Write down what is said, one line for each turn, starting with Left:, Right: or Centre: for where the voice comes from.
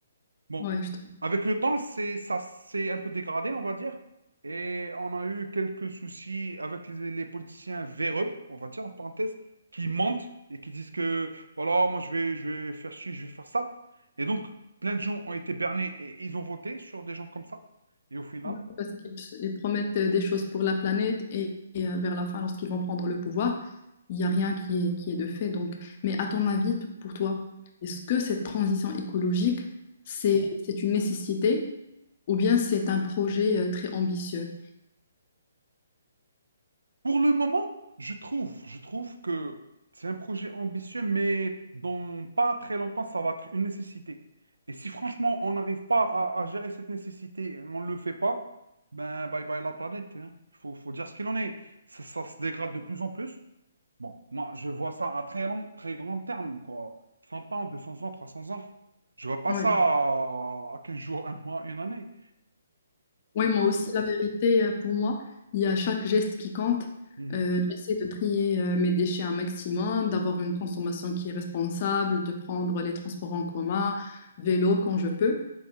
Right: Bon,
Left: ouais, je te
Right: avec le temps, c'est, ça s'est un peu dégradé, on va dire. Et on a eu quelques soucis avec les, les politiciens véreux, on va dire, en parenthèse, qui mentent et qui disent que, voilà, moi je vais, je vais faire ci, je vais faire ça. Et donc, plein de gens ont été bernés et ils ont voté sur des gens comme ça. Et au final,
Left: Bah, Parce qu'ils ils promettent euh, des choses pour la planète et, et, euh, vers la fin, lorsqu'ils vont prendre le pouvoir, il n'y a rien qui est, qui est de fait. Donc, mais à ton avis, t- pour toi, est-ce que cette transition écologique, c'est, c'est une nécessité ou bien c'est un projet euh, très ambitieux?
Right: Pour le moment, je trouve, je trouve que c'est un projet ambitieux, mais dans pas très longtemps, ça va être une nécessité. Et si franchement, on n'arrive pas à, à gérer cette nécessité, on ne le fait pas, ben bye bye la planète. Il Faut, faut dire ce qu'il en est. Ça, ça se dégrade de plus en plus. Bon, moi, je vois ça à très long, très grand terme, quoi. cent ans, 200 ans, 300 ans. Je vois pas
Left: Ouais.
Right: ça à, à 15 jours, un mois, une année.
Left: Oui,
Right: Donc,
Left: moi
Right: voilà.
Left: aussi, la vérité, euh, pour moi, il y a chaque geste qui compte.
Right: Mhm.
Left: Euh, j'essaie de trier euh, mes déchets un maximum, d'avoir une consommation qui est responsable, de prendre les transports en commun, vélo quand je peux.